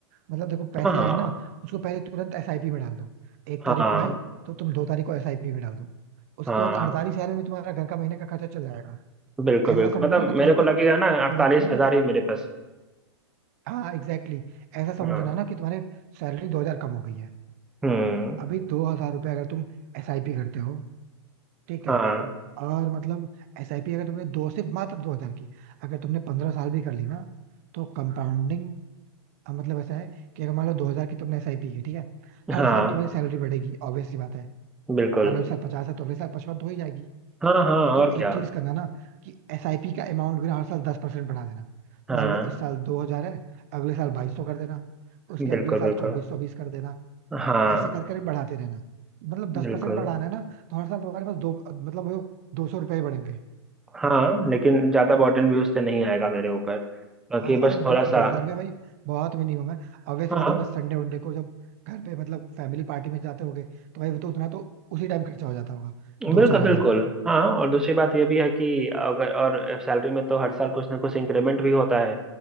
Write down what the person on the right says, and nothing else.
मतलब देखो पैसे
आए ना उसको पहले तुरंत एसआईपी में डाल दो एक तारीख
को आए तो तुम दो तारीख को एसआईपी में डाल दो उसके
बाद अड़तालीस हजार में तुम्हारा घर का महीने का खर्चा चल जाएगा
ऐसा
समझो
ना कि तुम्हारे
पास
तुम्हारे पास ना
हाँ एग्जैक्टली exactly, ऐसा
समझो ना ना कि तुम्हारी सैलरी दो हजार कम हो गई है
अभी दो हजार रुपये अगर तुम एसआईपी करते हो ठीक
है और मतलब एसआईपी अगर तुमने दो सिर्फ मात्र दो हजार की अगर तुमने पंद्रह साल भी कर ली ना तो कंपाउंडिंग मतलब ऐसा है कि अगर मान लो दो हजार की तुमने एसआईपी की ठीक है हर
साल तुम्हारी सैलरी बढ़ेगी ऑब्वियस सी बात है
मान लो इस साल पचास है तो अगले साल पचपन तो हो ही जाएगी
तो तुम
एक
चीज करना ना कि एसआईपी का अमाउंट भी ना हर साल दस परसेंट बढ़ा देना
मान लो इस साल दो हजार है अगले साल बाईस सौ कर देना उसके अगले
साल
चौबीस सौ बीस कर देना
ऐसे कर कर बढ़ाते रहना मतलब दस
परसेंट बढ़ाना है ना तो हर साल तुम्हारे पास दो मतलब वो दो सौ रुपये बढ़ेंगे
हाँ
और
दो दो
हजार में भाई बहुत मिनिमम है ऑब्वियस
बात है बस संडे वनडे को जब घर पे मतलब फैमिली पार्टी में जाते होगे तो भाई वो तो उतना तो उसी टाइम खर्चा हो जाता होगा
दो चार
हजार तक